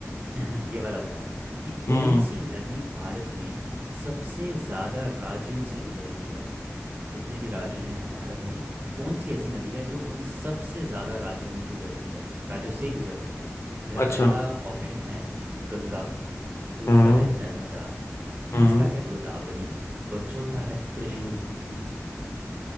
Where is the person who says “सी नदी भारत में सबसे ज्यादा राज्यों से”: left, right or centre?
Right